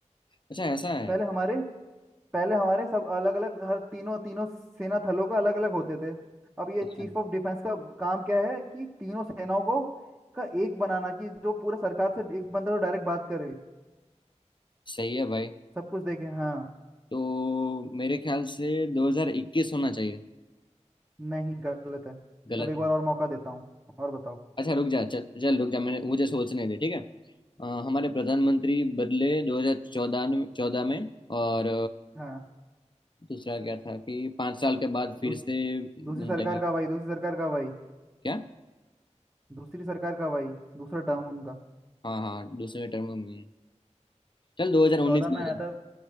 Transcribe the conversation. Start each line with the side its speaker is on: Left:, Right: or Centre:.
Left: अच्छा ऐसा है
Right: पहले हमारे पहले हमारे सब अलग अलग हर तीनों तीनों सेना थलों का अलग अलग होते थे अब ये
Left: अच्छा
Right: चीफ ऑफ डिफेंस का काम क्या है कि तीनों सेनाओं को का एक बनाना कि जो पूरा सरकार से एक बंदा तो डायरेक्ट बात करे
Left: सही है भाई
Right: सब कुछ देखे हाँ
Left: तो मेरे ख्याल से दो हजार इक्कीस होना चाहिए
Right: नहीं गलत है
Left: गलत
Right: चलो एक
Left: है
Right: बार और मौका देता हूँ और बताओ
Left: अच्छा रुक जा चल चल रुक जा मैंने मुझे सोचने दे ठीक है अ, हमारे प्रधानमंत्री बदले दो हजार चौदह चौदह में और
Right: हाँ
Left: दूसरा क्या था कि पांच साल के बाद फिर
Right: दू,
Left: से बनते
Right: दूसरी सरकार
Left: हैं
Right: का भाई दूसरी सरकार का भाई
Left: क्या
Right: दूसरी सरकार का भाई दूसरा टर्म उनका
Left: हाँ हाँ दूसरे टर्म में चल 2019
Right: चौदह
Left: ले
Right: में आया
Left: लेंगे।
Right: था